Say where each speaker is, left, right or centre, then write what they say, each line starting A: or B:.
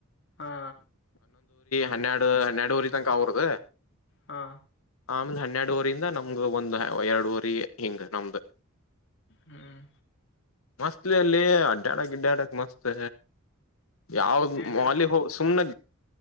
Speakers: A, on the left; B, on the left.
A: ಹಾ
B: ಹನ್ನೆರಡು ಹನ್ನೆರಡು ಊರಿ ತನಕ ಅವರದದು
A: ಹಾ
B: ಆಮೇಲ್ ಹನ್ನೆರಡುುವಊರಿಯಂದ ನಮ್ದ ಒಂದು್ ಎರಡುುವರಿ ಹಿಂಗ್ ನಮ್ದು
A: ಹ್ಮ್
B: ಮಸ್ತ್ಲಿ ಅಲ್ಲಿ ಅಡ್ಡ್ಯಾಡ ಅಡ್ಡ್ಯಾಡಕ್ಕೆ ಮಸ್ತ್ ಯಾವ್ದ್
A: ಏನ
B: ಅಲ್ಲಿ ಸು್ನೆ